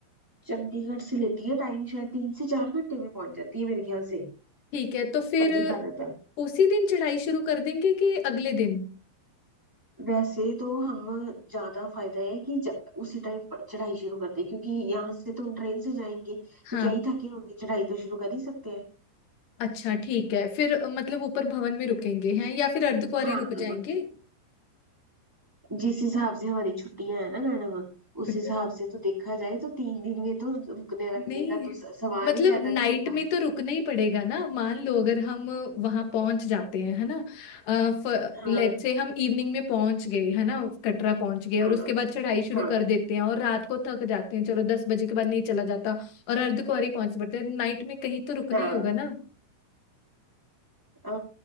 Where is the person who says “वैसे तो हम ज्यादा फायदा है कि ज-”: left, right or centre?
Right